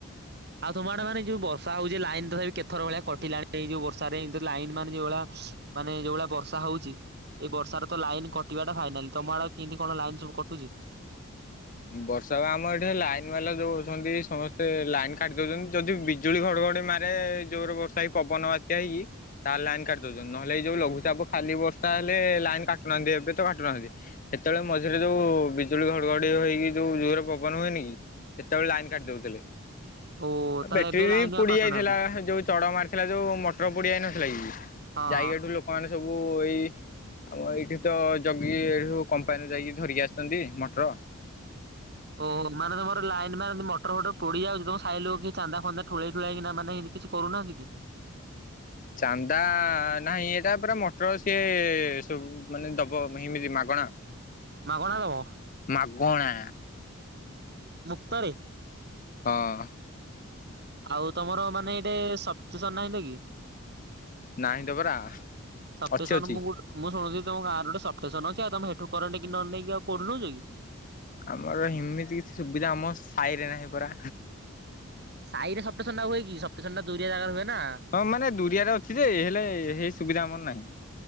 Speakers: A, on the right; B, on the left.
A: ଆଉ ତୁମ ଆଡେ ମାନେ ଯୋଉ ବର୍ଷ ହଉଚି ଲାଇନ ତଥାପି କେଥର ଭଳିଆ କଟିଲାଣି ଏଇ ଯୋଉ ବର୍ଷା ରେ ଏମତି ଲାଇନ ମାନ ଯୋଉ ଭଳିଆ ମାନେ ଯୋଉଭଳିଆ ବର୍ଷା ହୋଉଚି। ଏଇ ବର୍ଷା ତ ଲାଇନ କଟିବା ଟା ଫାଇନାଲ ତମ ଆଡ କିନ୍ତି କଣ ଲାଇନ ସବୁ କଟୁଚି।
B: ବର୍ଷା ବା ଆମର ଏଠି ଲାଇନ ବାଲା ଯୋଉ ଅଛନ୍ତି ସମସ୍ତେ ଲାଇନ କାଟି ଦୋଉଚନ୍ତି ଯଦି ବିଜୁ ଜୁଳି ଘଡଘଡି ମାରେ ଜୋରରେ ବର୍ଷା ହେଇି ପବନ ବାତ୍ୟା ହେଇକି ତାହେଲେ ଲାଇନ୍ କାଟି ଦଉଚନ୍ତି ନହଲେ ଏଇ ଯୋଉ ଲଘୁଚପ ଖାଲି ବର୍ ତା ହେଲେ ଲାଇନ କାଟୁନାହାନ୍ତି ଏବେ ତ କାଟୁନାହାନ୍ତି ସେତେବେଳେ ମଝିରେ ଯୋଉ ବିଜୁଳି ଘଡଘଡି ବିଜୁଳି ହେଇକି ଯୋଉ ଜୋର ପବନ ହୁଏନି କି ସେତେବେଳେ ଲାଇନ କାଟି ଦଉଥିଲେ।
A: ଓ ତାହେଲେ
B: ବ୍ୟଟ୍ରି
A: ଏବେ
B: ବି
A: ଲାଇନ
B: ପୋଡି
A: ଆଉ କାଟୁନାହାନ୍ତି
B: ଯାଇଥିଲା ଯୋଉ ଚଡ ମାରିଥିଲା ଯୋଉ ମୋଟର ପୋଡି ଯାଇନଥିଲା କି।
A: ହଁ ହଁ।
B: ଯାଇ ହେଟୁ ଲୋକମାନେ ସବୁ ଏଇ ଆମ ଏଇଠି ତ ଜଗିକି ଏଠୁ କମ୍ପାନୀରୁ ଯାଇକି ଧରିକି ଆସିଚନ୍ତି ମଟର।
A: ଓ ମାନେ ତମର ଲାଇନ୍ ମାନେ ମଟର ଫଟର ପୋଡିଯାଉଚି ତମ ସାଇ କି ଚାନ୍ଦା ଫନ୍ଦା ଠୁଳେଇ ଠୁଳାକି ମାନେ କିଛି କରୁନାହାନ୍ତି କି।
B: ଚାନ୍ଦା ନାହିଁ ଏଇଟା ପରା ମଟର ସିଏ ସବୁ ମାନେ ଦବ ଏମିତି ମାଗଣା।
A: ମାଗଣା ଦବ।
B: ମାଗଣା।
A: ମୁକ୍ତରେ।
B: ହଁ।
A: ଆଉ ତମର ମାନେ ଏଇଟେ ସପ୍ ଚିସନ୍ ନାହିଁ ନ୍ତି କି।
B: ନାହିଁ ତ ପରା
A: ସପ୍ଟିସନ
B: ଅଛି ଅଛି।
A: ମୁ ଗୁଟୁ। ମୁଁ ଶୁଣୁଥିଲି ତମ ଗାଁରେ ଗୋଟେ ସପ୍ ଟେସନ ଅଛି ଆଉ ତମେ ହେଠୁ କରେଣ୍ଟ କି ନ ନେଇକ ଆଉ କୋଉଟୁ ନୋଉଚ କି।
B: ଆମର ହିମିତି କିଛି ସୁବିଧା ଆମ ସାହିରେ ନାହିଁ ପରା।
A: ସାଇରେ ସପ୍ ଟେସନ୍ ଟା ହୁଏ କି ସପ୍ ଟେସନ୍ ଟା ଦୁରିଆ ଜାଗାରେ ହୁଏ ନା।
B: ହଁ ମାନେ ଦୁରିଆରେ ଅଛି ଯେ ହେଲେ ହେଇ ସୁବିଧା ଆମର ନାହିଁ।